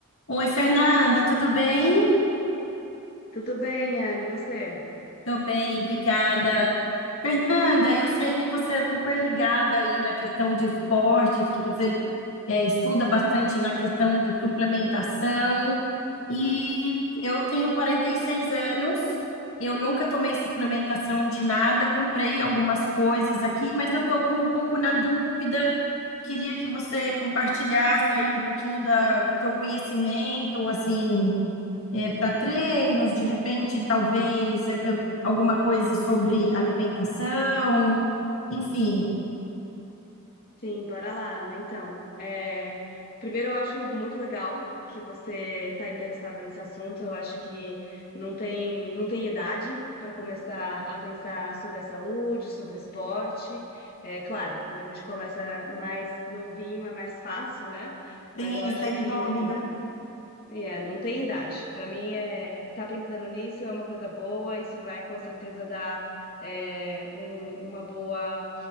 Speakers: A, on the left; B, on the left.
A: Oi, Fernanda, tudo bem?
B: Tudo bem, Anne, e você?
A: Tô bem, obrigada. Fernanda, eu sei que você é super ligada aí na questão de esportes, que você é, estuda bastante na questão de suplementação. E eu tenho 46 anos, eu nunca tomei suplementação de nada, comprei algumas coisas aqui, mas eu tô com um pouco na dúvida. Queria que você compartilhasse aí um pouquinho da, do teu conhecimento, assim para treinos, de repente, talvez é, é, alguma coisa sobre alimentação, enfim,
B: Sim, bora lá, né? Então, é, primeiro eu acho muito legal que você está interessada nesse assunto. Eu acho que não tem, não tem idade para começar a pensar sobre a saúde, sobre esporte. É claro, quando a gente começa mais novinho é mais fácil, né? Mas
A: tem,
B: eu acho
A: sem
B: que,
A: dúvida.
B: enfim, E É, não tem idade. Para mim, é tá pensando nisso é uma coisa boa. Isso vai com certeza dar é, um- uma boa,